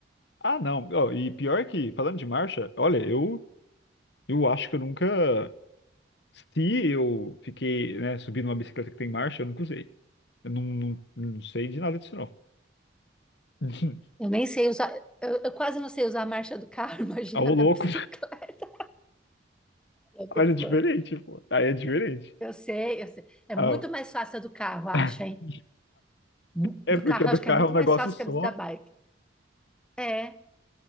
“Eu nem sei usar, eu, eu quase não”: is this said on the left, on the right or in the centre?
Centre